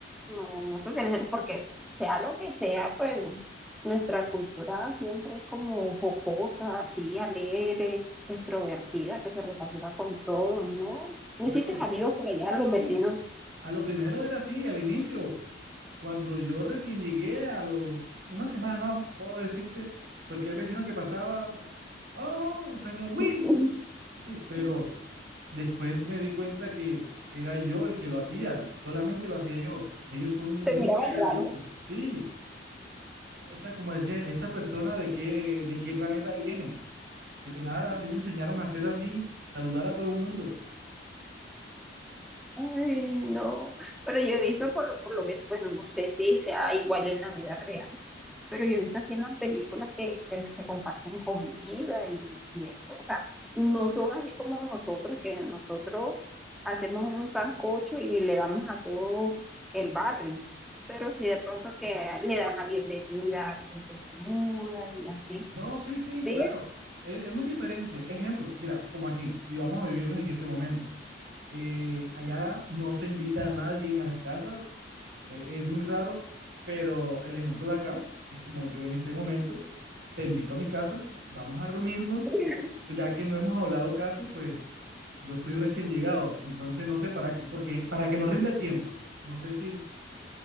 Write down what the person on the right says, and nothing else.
No,
sí.
A lo primero era así, al inicio. Cuando yo recién llegué a los una semana, puedo decirte, cualquier vecino que pasaba, oh, señor Will.
Sí, pero después me di cuenta que era yo el que lo hacía, solamente lo hacía yo. Ellos son
muy
calladitos,
sí. O sea, como decía, esta persona de qué, de qué planeta viene. Pero nada, a mí me enseñaron a hacer así, saludar a todo el mundo.
No, sí, sí,
claro. Es, es muy diferente. Ejemplo, mira, como aquí, y vamos a vivirlos en este momento. Eh, allá no se invita a nadie a las casas, eh, es muy raro, pero el ejemplo de acá es como yo en este momento, te invito a mi casa, vamos a reunirnos,
pues ya que no hemos hablado casi, pues yo estoy recién llegado, entonces no sé para qué, porque para que nos rinda el tiempo. No sé si